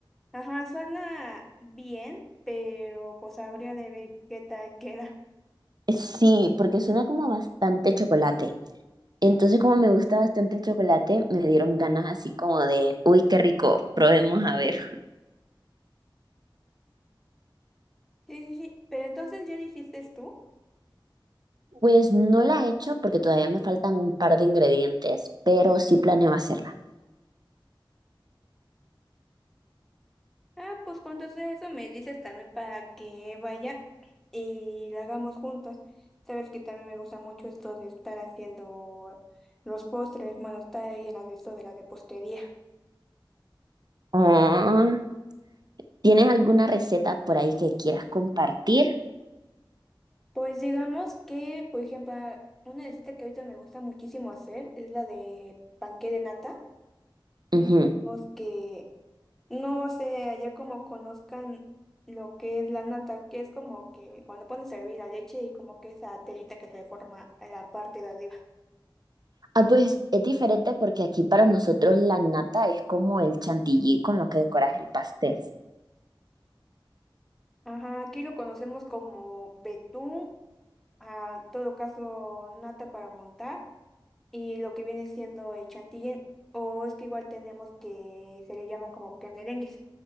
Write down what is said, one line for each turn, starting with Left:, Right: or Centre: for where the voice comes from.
Centre: Ajá, suena bien, pero pues habría de ver qué tal queda.
Right: Sí, porque suena como bastante chocolate. Entonces, como me gusta bastante el chocolate, me dieron ganas así como de, uy, qué rico, probemos a ver.
Centre: Sí, sí, sí. Pero entonces ya lo hiciste tú.
Right: Pues no la he hecho porque todavía me faltan un par de ingredientes, pero sí planeo hacerla.
Centre: Ah, pues cuando sea eso me dices también para que vaya y la hagamos juntas. Sabes que también me gusta mucho esto de estar haciendo los postres, bueno, está ahí en la de esto de la de postería.
Right: Oh, ¿Tienes alguna receta por ahí que quieras compartir?
Centre: Pues digamos que, por ejemplo, ah, una receta que ahorita me gusta muchísimo hacer es la de panqué de nata.
Right: Ujú.
Centre: Digamos que, no sé, allá como conozcan lo que es la nata, que es como que cuando pones a hervir la leche y como que esa telita que se le forma a la parte de arriba.
Right: Ah, pues es diferente porque aquí para nosotros la nata es como el chantilly con lo que decoras el pastel.
Centre: Ajá, aquí lo conocemos como betún, a todo caso nata para montar, y lo que viene siendo el chantilly, o es que igual tenemos que se le llama como que merengues.